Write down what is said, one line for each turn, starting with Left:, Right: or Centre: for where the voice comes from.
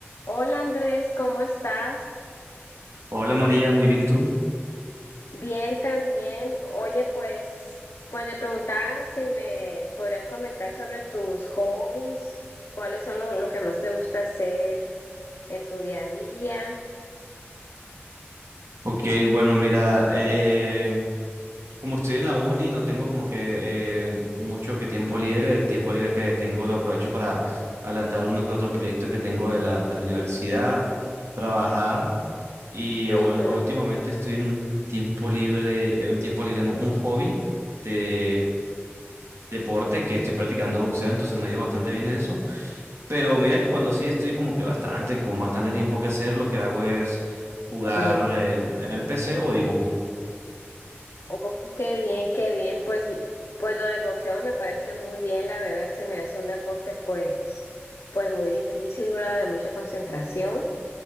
Left: Hola Andrés, ¿cómo estás?
Right: Hola María, muy bien, ¿y tú?
Left: Bien también. Oye, pues, pues me preguntaba si me podrías comentar sobre tus hobbies, cuáles son lo, lo que más te gusta hacer en tu día a día.
Right: Ok, bueno, mira, eh, como estoy en la uni, no tengo como que eh, mucho que tiempo libre. El tiempo libre que tengo lo aprovecho para adelantar uno que otro proyecto que tengo de la, de la universidad, trabajar y
Left: Ujú,
Right: ul- últimamente estoy en un tiempo libre, eh, un tiempo libre, no, un hobby de deporte que estoy practicando boxeo, entonces me ha ido bastante bien en eso. Pero mira que cuando sí estoy como que bastante, con bastante tiempo que hacer, lo que hago es jugar
Left: mm. mm.
Right: eh, en el PC o dibujo.
Left: Oh, qué bien, qué bien. Pues, l- pues lo del boxeo me parece muy bien, la verdad, se me hace un deporte pues, pues muy difícil, ¿verdad? De mucha concentración.